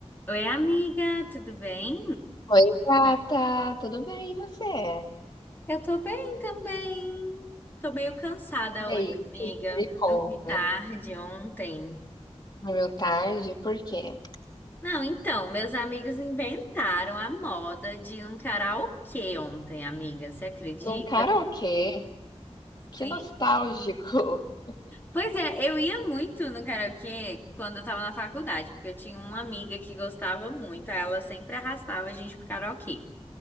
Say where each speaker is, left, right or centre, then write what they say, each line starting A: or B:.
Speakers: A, on the left; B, on the left.
A: Oi, amiga, tudo bem?
B: Oi, gata, tudo bem e você?
A: Eu tô bem também. Tô meio cansada
B: E
A: hoje,
B: aí, o
A: amiga.
B: que que você me conta?
A: Dormi tarde ontem.
B: meu tarde? Por quê?
A: Não, então, meus amigos inventaram a moda de ir num karaokê ontem, amiga. Você acredita?
B: Num karaokê? Que
A: Sim.
B: nostálgico! <laughs>
A: Pois é, eu ia muito no karaokê quando eu tava na faculdade, porque eu tinha uma amiga que gostava muito, aí ela sempre arrastava a gente pro karaokê.